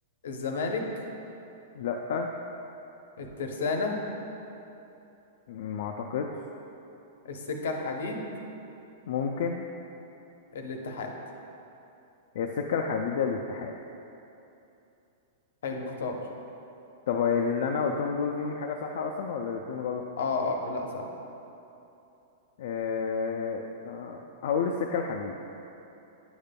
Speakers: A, on the left; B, on the left.
A: الزمالك
B: لا
A: الترسانة
B: ما اعتقدش
A: السكة الحديد
B: ممكن
A: الاتحاد
B: هي السكة الحديدية للاتحاد
A: حلو اختار
B: طب اللي انا قلتهم دول فيهم حاجة صح اصلا ولا الاتنين غلط
A: اه اه آه، لا صح
B: أه... آه، هقول السكة الحديد